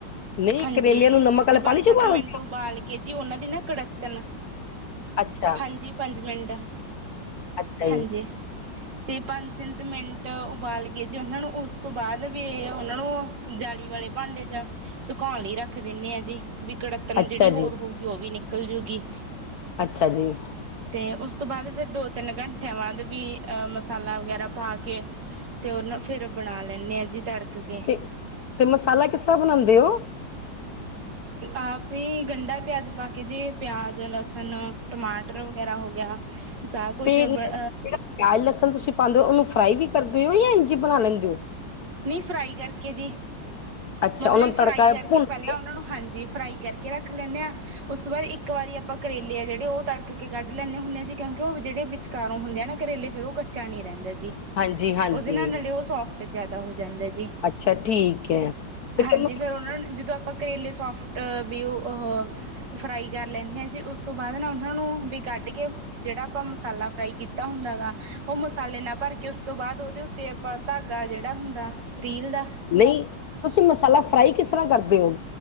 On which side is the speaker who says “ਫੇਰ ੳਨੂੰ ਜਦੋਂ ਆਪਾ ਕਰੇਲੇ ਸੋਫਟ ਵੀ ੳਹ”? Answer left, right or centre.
Right